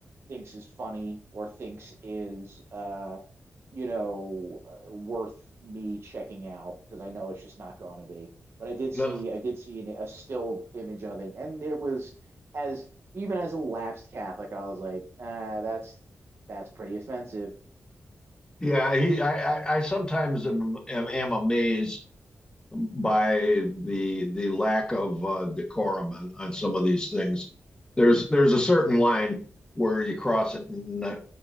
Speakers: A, on the right (about 55°); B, on the left (about 15°).
A: thinks is funny or thinks is, uh, you know, uh, worth me checking out because I know it's just not going to be. But I did
B: No,
A: see, I did see an, a still image of it, and it was as even as a lapsed Catholic, I was like, ah, that's that's pretty offensive.
B: yeah, he. I I, I sometimes am, am am amazed by the the lack of uh, decorum on, on some of these things. There's there's a certain line where you cross it, and uh,